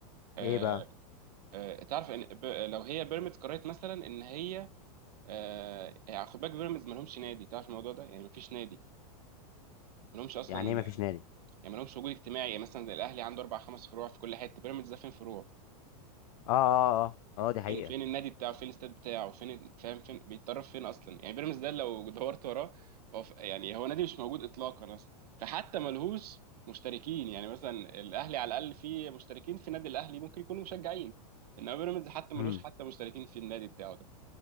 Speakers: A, on the right; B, on the left.
A: آه،
B: ايه بقى
A: آه، تعرف ان ب- لو هي بيراميدز قررت مثلا ان هي آه، يعني خد بالك بيراميدز ما لهمش نادي تعرف الموضوع ده يعني ما فيش نادي ما لهمش اصلا
B: يعني ايه ما فيش نادي
A: يعني ما لهمش وجود اجتماعي يعني مثلا زي الاهلي عنده اربع خمس فروع في كل حته بيراميدز ده فين فروع
B: اه اه اه اه دي حقيقة
A: فين فين النادي بتاعه فين الاستاد بتاعه فين ال- فاهم فين بيتدرب فين اصلا يعني بيراميدز ده لو <laughs> دورت وراه هو ف- يعني هو نادي مش موجود اطلاقا اصلا فحتى ملهوش مشتركين يعني مثلا الاهلي على الاقل فيه مشتركين في نادي الاهلي ممكن يكونوا مشجعين انما بيراميدز حتى ملوش
B: امم
A: حتى مشتركين في النادي بتاعه ده